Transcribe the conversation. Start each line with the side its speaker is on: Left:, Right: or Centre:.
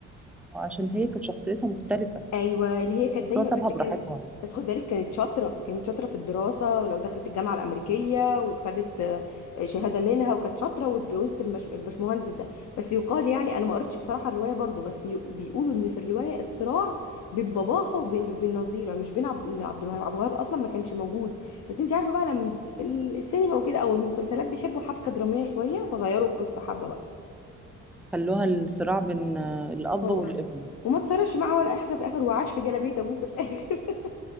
Centre: وعشان هي كانت شخصيتها مختلفة
Left: ايوه اللي هي كانت
Centre: بس
Left: دايما
Centre: هو سابها
Left: بس
Centre: براحتها
Left: كان بس خد بالك كانت شاطره كانت شاطره في الدراسه ولو دخلت الجامعه الامريكيه وخدت آه، شهاده منها وكانت شاطره واتجوزت المش... البشمهندس ده بس يقال يعني انا ما قريتش بصراحه الروايه برضو بس ي... بيقولوا ان في الروايه الصراع بين باباها وبين بين نظيره مش بين عبد عبد الوهاب عبد الوهاب اصلا ما كانش موجود بس انت عارفه بقى لما ال- السينما وكده او المسلسلات بيحبوا حبكه دراميه شويه فغيروا القصه حبه بقى
Centre: خلوها الصراع بين آه، الأب
Left: اه
Centre: والابن
Left: وما تصرفش معاه ولا أي حاجه في الاخر وعاش في جلابيه ابوه في الاخر <laughs>